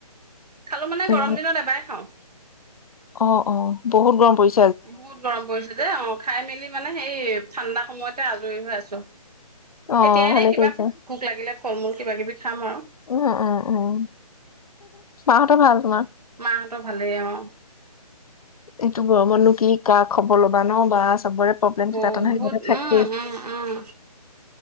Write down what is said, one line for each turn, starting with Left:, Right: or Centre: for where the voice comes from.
Right: খালো মানে
Left: ইমান
Right: গৰম দিনত এবাৰে খাওঁ।
Left: অ', অ', বহুত গৰম পৰিছ
Right: বহুত গৰম পৰিছে দেই অ', খাই মেলি মানে সেই ঠাণ্ডা সময়তে আজৰি হৈ আছো।
Left: অ
Right: এতিয়াই এনই
Left: ভালে
Right: কিবা
Left: কৰিছা
Right: ভোক লাগিলে ফল-মূল কিবা কিবি খাম আৰু।
Left: উম উম উম মাহঁতৰ ভাল তোমাৰ?
Right: মাহঁতৰ ভালেই অ'।
Left: এইটো গৰমতনো কি কা খবৰ ল'বা ন' বা চবৰে প্ৰব্লেম
Right: বহুত,
Left: কিবা এটা নহয় কিবা এটা থাকেই
Right: উম, উম, উম।